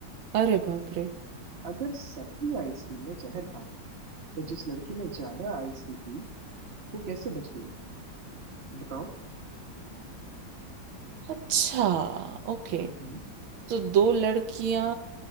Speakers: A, on the right (about 80°); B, on the right (about 35°).
A: अरे बाप रे
B: अगर सभी आइस टी में जहर था तो जिस लड़की ने ज्यादा आइस टी पी वो कैसे बच गई बताओ
A: अच्छा ओके
B: हम्म
A: तो दो लड़कियां